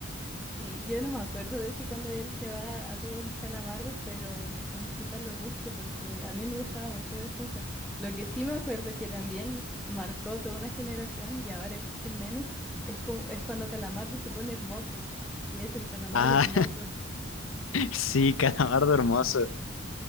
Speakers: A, in the centre; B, on the left (about 90°).
A: Sí, yo no me acuerdo de ese cuando él se va a todos los calamardos, pero ay, quizás lo busque porque a mí me gustaba mucho Bob Esponja. Lo que sí me acuerdo que también marcó toda una generación y ahora existen memes, es, cu- es cuando Calamardo se pone hermoso y es el Calamardo
B: Ah,
A: hermoso.
B: <laughs> sí, Calamardo hermoso.